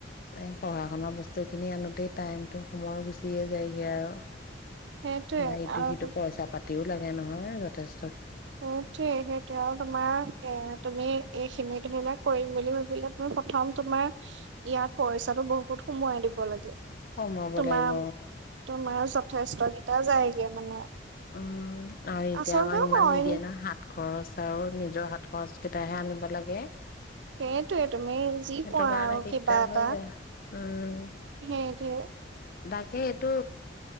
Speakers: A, on the left; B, on the right.
A: এই পঢ়া শুনাৰ বস্তু খিনি আনোতেই টাইমটো সময় গুচিয়ে যায়গৈ আৰু।
B: সেইটোৱে
A: নাই ইটো
B: আৰু
A: সিটো পইচা পাত <unintelligible> লাগে নহয় যথেষ
B: উ ঠিক সেইটোয়া আৰু তোমাৰ এ তুমি খিনি <unintelligible> কৰিম বুলি ভাবিলে তুমি প্ৰথম তোমাৰ ইয়াত পইছাটো বহুত সোমোৱাই দিব লাগে।
A: কমাব
B: তোমাৰ,
A: লাগিব।
B: তোমাৰ যথেষ্ট এটা যায়গে মানে।
A: উম। আৰু এতিয়া
B: আচলতে
A: আমাক ইমান
B: অইন
A: নিদিয়ে নহয় হাত খৰচ আৰু নিজৰ হাত খৰচ কেইটাহে আনিব লাগে
B: সেইটোয়ে তুমি যি
A: সেইটো
B: পোৱা
A: কাৰণে
B: আৰু
A: দিগদাৰ
B: কিবা এটা
A: হৈ যায় উম।
B: সেইটোয়ে
A: তাকে এইটো